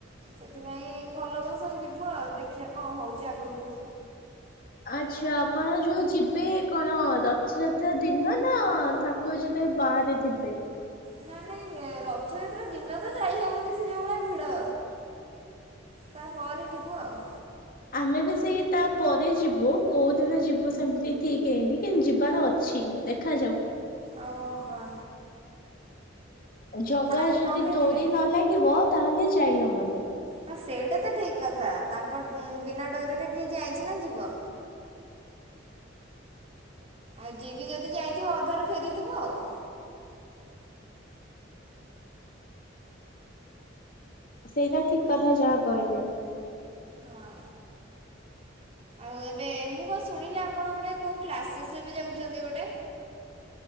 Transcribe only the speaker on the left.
ଆଚ୍ଛା, ଆପଣ ଯୋଉ ଯିବେ କଣ ରଥଯାତ୍ରା ଦିନ ନା ଥାକ୍ ଠାକୁର ଯେତେବେଳେ ବାହାରେ ଥିବେ।
ଆମେ ବି ସେଇ ତା ପରେ ଯିବୁ କୋଉ ଦିନ ଯିବୁ ସେମିତି ଠିକ୍ ହେଇନି କିନ୍ତୁ ଯିବାର ଅ ଛି ଦେଖାଯାଉ।
ଜଗା ର
ଯଦି
ଡୋରି ନ ଲାଗିବ ତାହେଲେ ଯାଇ ହବନି।
ସେଇଟା ଠିକ୍ କଥା ଯାହା କହିଲେ।